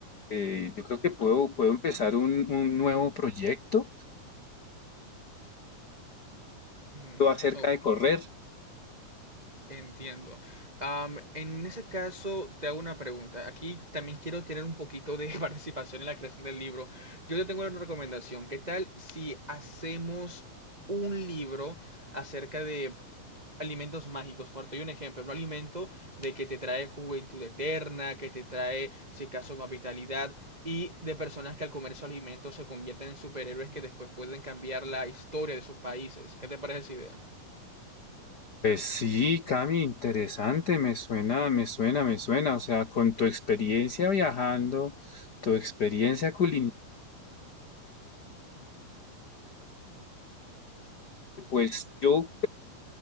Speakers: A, on the left; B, on the right.
A: Eh, yo creo que puedo, puedo empezar un, un nuevo proyecto
B: Mm,
A: todo acerca de correr.
B: Entiendo. Am, en ese caso, te hago una pregunta. Aquí también quiero tener un poquito de <laughs> participación en la creación del libro. Yo te tengo una recomendación. ¿Qué tal si hacemos un libro acerca de alimentos mágicos? Por te doy un ejemplo, un alimento de que te trae juventud eterna, que te trae, si acaso, más vitalidad, y de personas que al comer esos alimentos se convierten en superhéroes que después pueden cambiar la historia de sus países. ¿Qué te parece esa idea?
A: Pues sí, Cami, interesante, me suena, me suena, me suena. O sea, con tu experiencia viajando, tu experiencia culinaria, pues yo